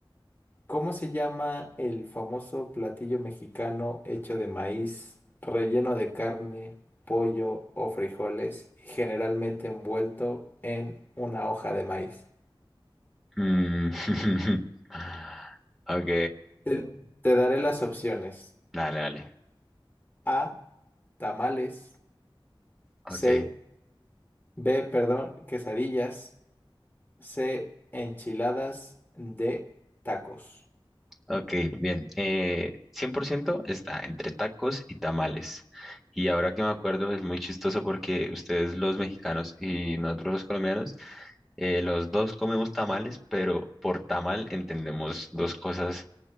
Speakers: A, on the left (about 20°); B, in the centre.
A: ¿Cómo se llama el famoso platillo mexicano hecho de maíz, relleno de carne, pollo o frijoles y generalmente envuelto en una hoja de maíz?
B: Mm, <laughs> Ok.
A: Te, te daré las opciones.
B: Dale, dale.
A: A, tamales,
B: Ok.
A: C, B, perdón, quesadillas, C, enchiladas, D, tacos.
B: Ok, bien. Eh, cien por ciento está entre tacos y tamales. Y ahora que me acuerdo, es muy chistoso porque ustedes los mexicanos y nosotros los colombianos, eh, los dos comemos tamales, pero por tamal entendemos dos cosas